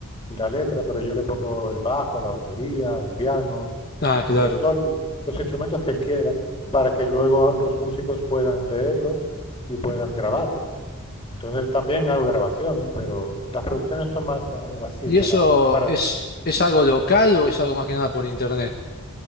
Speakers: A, on the left; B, on the left.
A: y la letra, pero yo le pongo el bajo, la batería, el piano,
B: Ah, claro.
A: eh, todos los, los instrumentos que él quiera, para que luego los músicos puedan leerlo y puedan grabarlo. Entonces también hago grabaciones, pero las producciones son más eh, así,
B: ¿Y
A: para,
B: eso
A: para,
B: es, es algo local o es algo más que nada por internet?